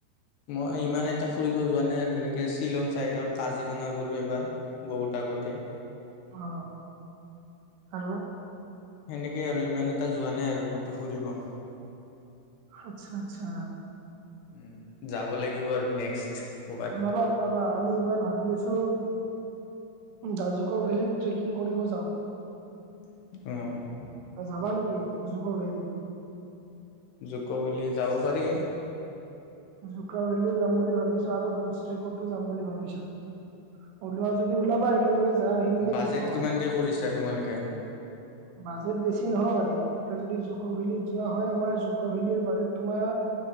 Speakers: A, on the left (about 70°); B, on the right (about 75°).
A: মই ইমান এটা ফুৰিব যোৱা নাই আৰু এনেকে শ্বিলং চাইডৰ কাজিৰঙা গ'লো এবাৰ। বহুত আগতে।
B: অ, আৰু?
A: সেনেকে আৰু ইমান এটা যোৱা নাই আৰু ক'তো ফুৰিব।
B: আচ্ছা, আচ্ছা।
A: উম, যাব লাগিব আৰু নেক্সট। ক'বাত
B: ওলাবা ওলাবা, আমি এইবাৰ ভাবি আছো জাজুকৰ ফালে ট্ৰেকিং কৰিব যাওঁ।
A: অ,।
B: যাবা নেকি জুগ ভেলি?
A: জুগ ভেলী যাব পাৰি।
B: জুকা ভেলিও যাম বুলি ভাবিছো আৰু বুলষ্ট্ৰেকতো যাম বুলি ভাবিছো। ওলোৱা যদি ওলাবা একেলগে যায় আহিম নে
A: বাজেট
B: কি কো
A: কিমানকে
B: <inaudible>
A: কৰিছা তোমালোকে?
B: বাজেট বেছি নহয়। এতিয়া যদি জুক ভেলীত যোৱা হয় আমাৰ, জুক ভেলিৰ বাজেট তোমাৰ